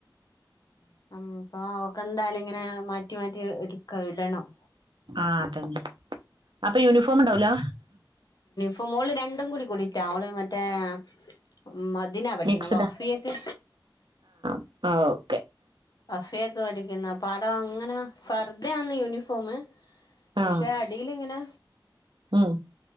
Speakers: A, on the left; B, on the right.
A: ഉം പ്പൊ ഒക്കെന്തായാലും ഇങ്ങനെ മാറ്റി മാറ്റി എടുക്കാ ഇടണം
B: ആ അതന്നെ അപ്പൊ യൂണിഫോം ഉണ്ടാവൂലാ
A: ഇപ്പൊ മോള് രണ്ടും കൂടി കൂടിട്ടാ മോള് മറ്റേ ഉ മതിനാ പഠിക്കണം
B: മിക്സ്ഡാ
A: വഫിയൊക്കെ
B: ആ ഓക്ക
A: അഫയ ഒക്കെ വലിക്കുന്ന അപ്പ അടോ അങ്ങനെ ഫർദ ആണ് യൂണിഫോം
B: ആ
A: പക്ഷെ അടിലിങ്ങന
B: ഉം